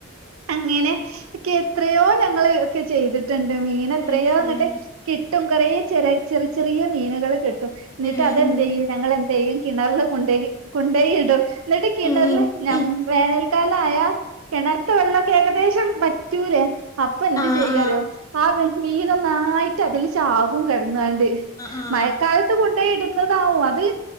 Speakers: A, on the right; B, on the left.
A: അങ്ങനെ ഒക്കെ എത്രയോ ഞങ്ങൾ ഒക്കെ ചെയ്തിട്ട് ചെയ്തിട്ടിണ്ട് മീൻ എത്രയോ
B: ഉം
A: ഇവിടെ കിട്ടും കുറേ ചെറ ചെറിയ ചെറിയ മീനുകൾ കിട്ടും എന്നിട്ട്
B: ഉം
A: അതെന്ത്‌
B: ഉം
A: ചെയ്യും ഞങ്ങൾ എന്ത്‌ ചെയ്യും കിണറിൽകൊണ്ട് കൊണ്ടുപോയിയിടും എന്നിട്ട് കിണറിൽ
B: ഉം
A: ഞാൻ
B: ഉം
A: വേനൽ മഴക്കാലം ആയാ കിണർത്തെ വെള്ളമൊക്കെ ഏകദേശം വറ്റൂലേ അപ്പൊ എന്ത്
B: ആഹ്
A: ചെയ്യും
B: ആഹ്
A: അറിയോ ആ നീ നന്നായിട്ട് അതിൽ ചാവും കിടന്നാണ്ട്
B: ആഹ് ആഹ്
A: മഴക്കാലത്ത് കൊണ്ട് അപ്പൊ ഇടുന്നത്താവും അത്‌